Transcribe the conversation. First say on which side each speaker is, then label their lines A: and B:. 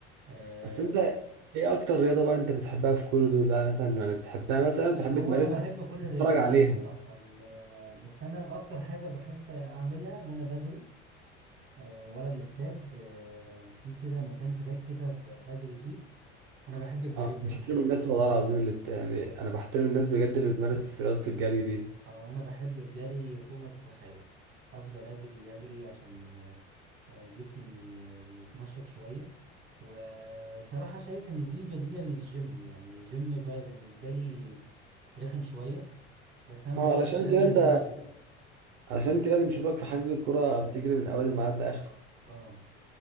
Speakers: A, on the right; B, on the right.
A: آه،
B: بس انت ايه اكتر رياضه بقى انت بتحبها في كل دول بقى مثلا يعني بتحبها مثلا
A: بص
B: بتحب
A: هو
B: تمارسها
A: انا بحب كل الرياضات
B: بتتفرج عليها
A: الصراحة ال- بس انا اكتر حاجة بحب اعملها ان انا بجري آه، ورا الاستاد آه، في كده مكان تراك كده ب- بجري فيه انا بحب الجري
B: اه
A: جدا
B: بحترم الناس والله العظيم اللي بت... يعني انا بحترم الناس بجد اللي بتمارس رياضه الجري دي
A: آه، انا بحب الجري فوق ما تتخيل افضل اجري اجري عشان آه، جسمي آه، يتنشط شوية وصراحة شايف إن دي بديلة للجيم يعني الجيم بقى بالنسبة لي رخم شوية بس أنا
B: ما
A: بحس
B: هو علشان
A: إن ده
B: كده انت
A: بديل للجيم
B: علشان كده بنشوفك في حجز الكرة بتجري من اول الميعاد لاخره
A: اه